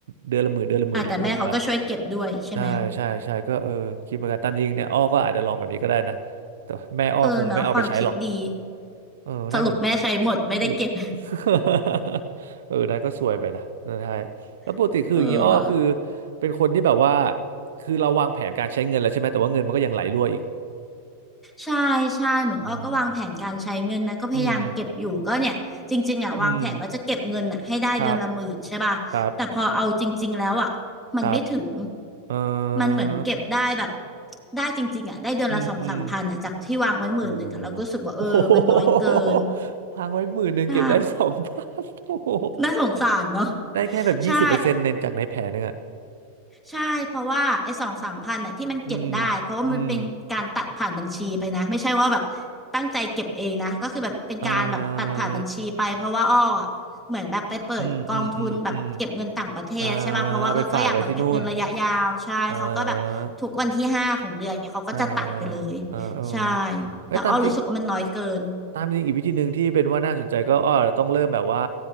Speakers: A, on the right; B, in the centre.
A: เดือนละหมื่นเดือนละหมื่นเรื่อยๆอยู่แล้ว
B: อ่ะแต่แม่เขาก็ช่วยเก็บด้วยใช่ไหม
A: ใช่ใช่ใช่ก็เออคิดเหมือนกันตามจริงเนี่ยอ้อก็อาจจะลองแบบนี้ก็ได้นะแต่แม่อ้อคงไม่เอาไปใช้หรอก
B: เออเนาะความคิดดี
A: เออน่าสน
B: สรุปแม่ใช้หมดไม่ได้เก็บ
A: รู้ <laughs> เออนั่นก็ซวยไปนะนั่นใช่แล้วปกติคืออย่างนี้อ้อคือ
B: <laughs> เออว่ะ
A: เป็นคนที่แบบว่าคือเราวางแผนการใช้เงินแล้วใช่ไหมแต่ว่าเงินมันก็ยังไหลรั่วอีก
B: ใช่ใช่เหมือนอ้อก็วางแผนการใช้เงินนะก็พยายามเก็บอยู่ก็เนี่ยจริงๆอ่ะวางแผนว่าจะเก็บเงินอ่ะให้ได้เดือนละหมื่นใช่ป่ะแต่พอเอาจริงๆแล้วอ่ะมันไม่ถึง
A: อืมอืมอืมครับครับครับเออ
B: มันเหมือนเก็บได้แบบได้จริงๆอ่ะได้เดือนละสองสามพันอ่ะจากที่วางไว้หมื่นหนึ่งอ่ะเราก็รู้สึกว่าเออมันน้อยเกิน
A: อืมอืมโห <laughs> อ้โห <laughs> วางไว้หมื่นหนึ่งเก็บได้สองพันโอ้โห
B: ใช่น่าสงสารเนาะ
A: ได้แค่แบบยี่สิบเปอร์เซ็นต์ในจากในแผนนึงอ่ะ
B: ใช่ ใช่เพราะว่าไอ้สองสามพันน่ะที่มันเก็บได้เพราะว่ามันเป็นการตัดผ่านบัญชีไปนะไม่ใช่ว่าแบบ
A: อืมอืม
B: ตั้งใจเก็บเองนะก็คือแบบเป็นการแบบตัดผ่านบัญชีไปเพราะว่าอ้ออะเหมือนแบบไปเปิดกองทุนแบบเก็บเงินต่างประเทศใช่ป่ะเพราะว่าเออก็อยากแบบเก็บเงินระยะยาวใช่เขาก็แบบทุกวันที่ห้าของเดือนเนี่ยเขาก็จะตัดไปเลย
A: อ่าอืมอืม อืม อืมอ่าเอาไปฝากไว้ที่นู่นอ่าอ่าอ่าเออ
B: ใช่
A: ไอ้ยตามจริง
B: แต่อ้อรู้สึกว่ามันน้อยเกิน
A: ตามจริงอีกวิธีหนึ่งที่เป็นว่าน่าสนใจก็อ้อต้องเริ่มแบบว่า